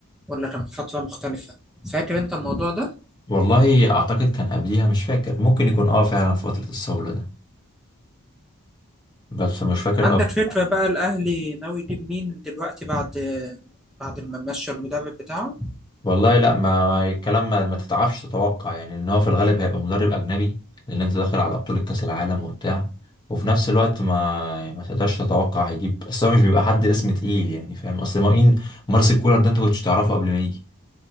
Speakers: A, in the centre; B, on the left.
A: ولا كان فتره مختلفه فاكر انت الموضوع ده
B: والله اعتقد كان قبليها مش فاكر ممكن يكون اه فعلا في فترة الصولة ده بس مش فاكر
A: عندك
B: قوي
A: فكره
B: بصراحة.
A: بقى الاهلي ناوي يجيب مين دلوقتي بعد بعد ما مشى المدرب بتاعه
B: والله لا ما ما- الكلام ما, ما تتعرفش تتوقع يعني ان هو في الغالب هيبقى مدرب اجنبي لان انت داخل على بطولة كاس العالم وبتاع وفي نفس الوقت ما يعني ما تقدرش تتوقع هيجيب اصل هو مش بيبقى حد اسم تقيل يعني فاهم اصل مين مارسيل كولر ده انت كنتش تعرفه قبل ما يجي